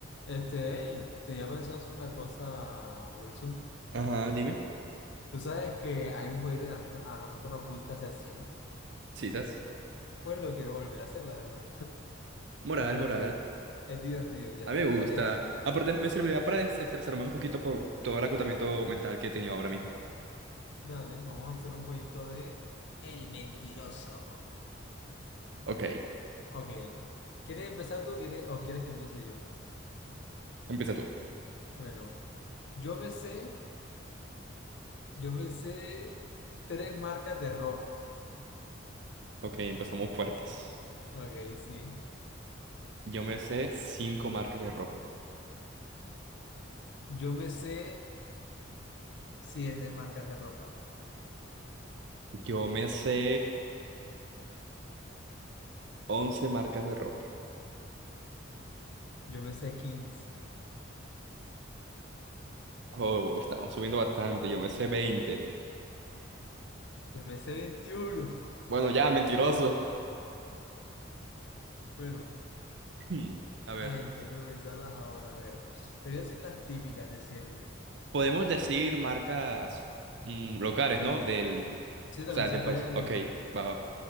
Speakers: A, on the left; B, on the right.
A: Este, hey, tenía pensado hacer una cosa, Wilson.
B: Ajá, dime.
A: Tú sabes que hay un jueguito que a, mí- no, a nosotros nos gusta hacer siempre.
B: Sí, estás.
A: Pues lo quiero volver a hacer, la verdad.
B: Moral,
A: Porque
B: moral.
A: es divert- es divertido, y ya
B: A
A: sabes
B: mí me
A: cuál
B: gusta.
A: es.
B: Aparte, me servirá para desestresarme un poquito por todo el acotamiento mental que he tenido ahora mismo.
A: Dale, vamos a hacer un jueguito de El Mentiroso.
B: Ok,
A: Ok. ¿Quieres empezar tú quieres, o quieres que empiece yo?
B: empieza tú.
A: Bueno, yo me sé, yo me sé tres marcas de ropa.
B: Ok, empezamos fuertes.
A: Ok, sí.
B: Yo me sé cinco marcas de ropa.
A: Yo me sé siete marcas de ropa.
B: Yo me sé once marcas de ropa.
A: Yo me sé quince.
B: Oh, estamos subiendo bastante. Yo me sé veinte
A: Yo me sé veintiuno
B: Bueno, ya, mentiroso. <laughs>
A: Bueno,
B: Hmm, A ver,
A: ay, tengo que pensarlas ahora. A ver, te voy a decir las típicas de siempre.
B: podemos decir marcas mm, locales, ¿no? Del,
A: Sí, también
B: o sea,
A: se
B: del
A: pueden,
B: país. Ok, va, va.